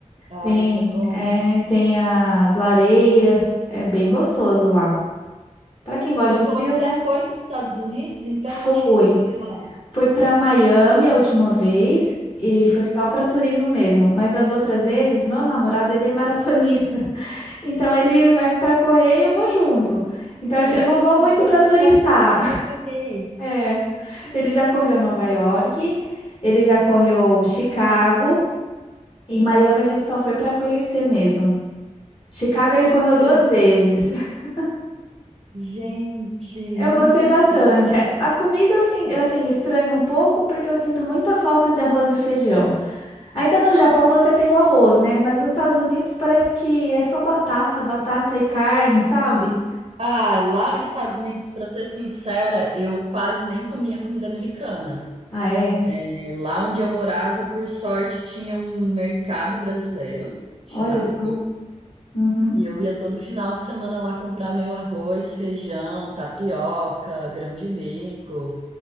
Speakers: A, on the right; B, on the left.
A: Ah,
B: Tem,
A: isso é bom.
B: é, tem as lareiras, é bem gostoso lá. Para quem gosta
A: Você falou
B: de frio,
A: que
B: né?
A: já foi para os Estados Unidos, então
B: Fui.
A: onde que você foi lá?
B: Fui para Miami a última vez e
A: Uhum.
B: foi só para turismo mesmo, mas das outras vezes, meu namorado, ele é maratonista. Então ele vai para correr e eu vou junto. Então
A: Gente,
B: a gen- eu não vou muito
A: ele foi
B: para
A: para os
B: turistar.
A: Estados Unidos
B: <laughs>
A: para correr.
B: É. Ele já correu Nova York, ele já correu Chicago e Miami a gente só foi para conhecer mesmo. Chicago ele
A: Que
B: correu
A: interessante.
B: duas vezes. <laughs>
A: Gente,
B: Eu
A: muito
B: gostei
A: incrível.
B: bastante. A comida eu, sin- eu assim estranho um pouco porque eu sinto muita falta de arroz e feijão. Ainda no Japão você tem o arroz, né? Mas nos Estados Unidos parece que é só batata, batata e carne, sabe?
A: Ah, lá nos Estados Unidos, para ser sincera, eu quase nem comia comida americana.
B: Ah, é?
A: É, Lá onde eu morava, por sorte, tinha um mercado brasileiro chamado
B: Olha só.
A: Go.
B: Uhum.
A: E eu ia todo final de semana lá comprar meu arroz, feijão, tapioca, grão de bico.